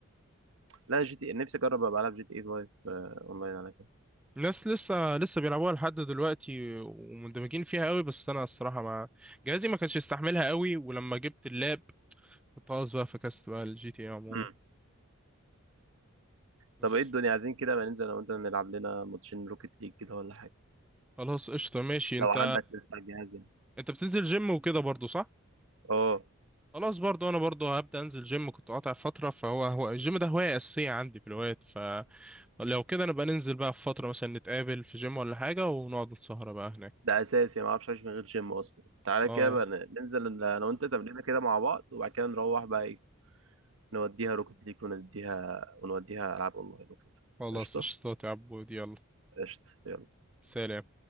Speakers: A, on the right; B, in the centre.
A: لا جي تي إيه، نفسي أجرب أبقى ألعب جي تي اي 5 آه، أونلاين على كده
B: ناس لسه لسه بيلعبوها لحد دلوقتي ومندمجين فيها قوي بس انا الصراحه ما جهازي ما كانش يستحملها قوي ولما جبت اللاب كنت خلاص بقى فكست بقى الجي تي اي عموما
A: امم
B: بس
A: طب ايه الدنيا عايزين كده ما ننزل أنا وأنت نلعب لنا ماتشين روكيت ليج كده ولا حاجة
B: خلاص قشطه ماشي انت
A: لو عندك لسه على الجهاز يعني
B: انت بتنزل جيم وكده برضو صح
A: اه
B: خلاص برضو انا برضو هبدا انزل جيم كنت قاطع فتره فهو هو الجيم ده هوايه اساسيه عندي في الوقت فلو كده نبقى ننزل بقى في فتره مثلا نتقابل في جيم ولا حاجه ونقعد السهره بقى هناك
A: ده أساسي ما أعرفش أعيش من غير جيم أصلا تعالى
B: اه
A: كده بقى ننزل أنا وأنت تمرينة كده مع بعض وبعد كده نروح بقى إيه، نوديها روكت ليج ونديها ونوديها ألعاب أونلاين وكده
B: خلاص
A: قشطة
B: قشطات يا عبود يلا
A: قشطة يلا
B: سلام